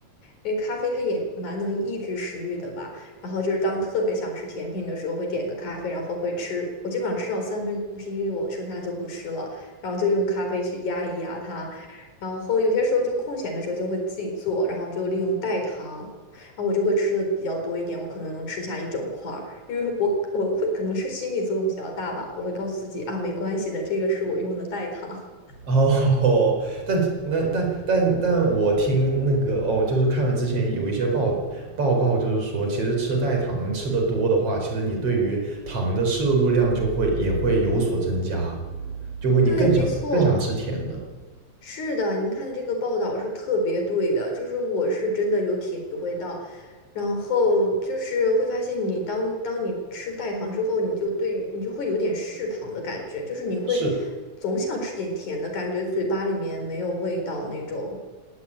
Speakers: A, on the left (about 90°); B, on the right (about 50°).
A: 因为咖啡它也蛮能抑制食欲的吧。然后就是当特别想吃甜品的时候，会点个咖啡，然后会吃，我基本上吃到三分之一，我剩下就不吃了，然后就用咖啡去压一压它。然后有些时候就空闲的时候就会自己做，然后就利用代糖。啊，我就会吃的比较多一点，我可能能吃下一整块儿，因为我我会可能是心理作用比较大吧，我会告诉自己啊，没关系的，这个是我用的代糖。<laughs>
B: <laughs> 哦，但那但但但我听那个哦，就是看了之前有一些报报告，就是说，其实吃代糖吃的多的话，其实你对于糖的摄入量就会也会有所增加，就会你更想更想吃甜的。
A: 对，没错，是的，您看的这个报道是特别对的，就是我是真的有体会到，然后就是会发现你当当你吃代糖之后，你就对于你就会有点嗜糖的感觉，就是你会
B: 是，
A: 总想吃点甜的感觉，嘴巴里面没有味道那种。